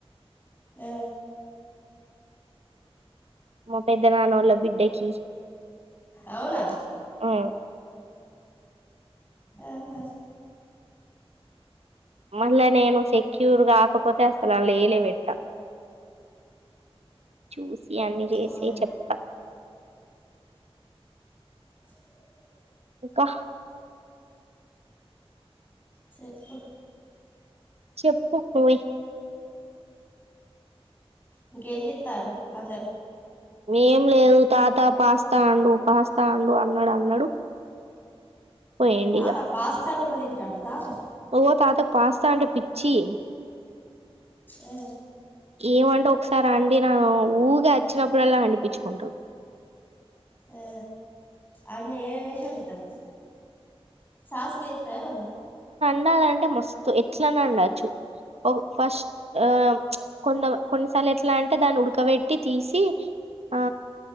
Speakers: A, on the left; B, on the right.
A: ఆ
B: మా పెద్ద నాన్న వాళ్ళ బిడ్డకి
A: అవునా
B: ఆ
A: ఆహా
B: మళ్ళ నేను సెక్యూర్ గాకపోతే అసలు ఆళ్ల ఎలే పెట్ట చూసి అన్ని చేసి
A: ఉమ్
B: చెప్ప
A: ఎ
B: ఇంకా
A: చెప్పు
B: చెప్పు పోయి
A: ఇంకేం చేత్తారు అందరు
B: ఏం లేదు తాత పాస్తా వండు పాస్తా వండు అన్నాడు అన్నాడు పోయిండు
A: తాత పాస్ తల్లు గూడా తింటడ్లే తాత.
B: ఓతాతకు పాస్తా అంటే పిచ్చి.
A: ఎ.
B: ఏమంటే ఒకసారి అండి నను ఊగా వచ్చినప్పుడల్లా అడిపించుకుంటాడు.
A: ఆ అన్న ఏ విేషంట త్తం. సాస్లిత్తేవన్న.
B: ఉండాలంటే మస్తు ఎట్లనొండొచ్చు ఫస్ట్ ఆ కొంత కొన్నిసార్లు ఎట్లా అంటే దాన్ని ఉడకబెట్టి తీసి ఆ.